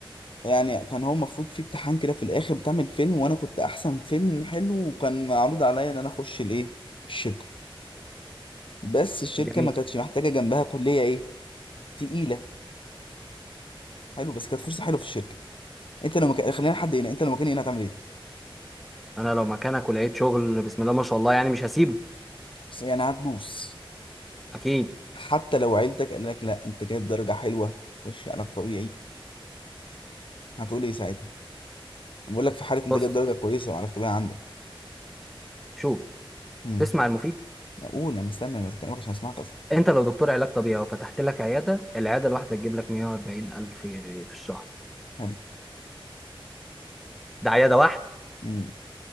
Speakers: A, on the left; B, in the centre.
A: يعني كان هو المفروض فيه امتحان كده في الآخر بتعمل فيلم وأنا كنت أحسن فيلم حلو وكان معروض عليا إن أنا أخش الإيه الشركة بس الشركة
B: جميل
A: ما كانتش محتاجة جنبها كلية إيه تقيلة حلو بس كانت فرصه حلوه في الشركه انت لو مكان خلينا حد هنا انت لو مكاني هنا هتعمل ايه
B: انا لو مكانك ولقيت شغل بسم الله ما شاء الله يعني مش هسيبه
A: بس يعني هتدوس
B: اكيد
A: حتى لو عيلتك قال لك لا انت جايب درجه حلوه خش علاج طبيعي هتقول ايه ساعتها أنا بقول لك في حاله انت
B: بص
A: جايب درجه كويسه وعلاج طبيعي عندك
B: شوف
A: امم
B: تسمع المفيد
A: اقول انا مستني انا بكلمك عشان اسمعك اصلا
B: انت لو دكتور علاج طبيعي وفتحت لك عيادة العيادة الواحدة تجيب لك 140 الف في الشهر
A: حلو
B: ده عيادة واحدة
A: امم